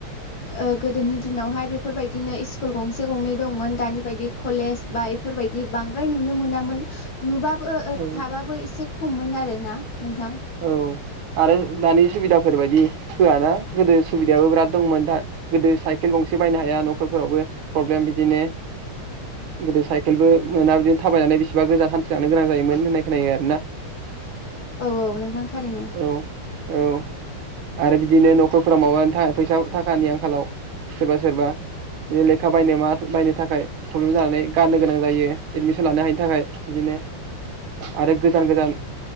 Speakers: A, on the left; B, on the right.
A: ओ गोदोनि दिनावहाय बेफोरबायदिनो स्कुल गंसे गंनै दंमोन दानि बायदि कलेज बा बेफोरबायदि बांद्राय नुनो मोनामोन नुबाबो बाबो
B: औ
A: थाबाबो एसे खममोन आरो ना नोंथां
B: औ आरो दानि सुबिदाफोर बदि होआ ना गोदो सुबिदायाबो बिराद दंमोन दा गोदो साइकेल गंसे बायनो हाया न'खरफोरावबो प्रब्लेम बिदिनो गोदो साइकेलबो मोना बिदिनो थाबायनानै बिसेबा गोजान हान्थिलांनो गोनां जायोमोन होननाय खोनायो आरोना
A: औ औ नोंथां थारैनो
B: औ औ आरो बिदिनो न'खरफ्रा माबा खाय फैसा थाखानि आंखालाव सोरबा सोरबा बिदिनो लेखा बायनो मा बायनो थाखाय प्रब्लेम जानानै गारनो गोनां जायो एडमिसन लानो हायिनि थाखाय बिदिनो आरो गोजान गोजान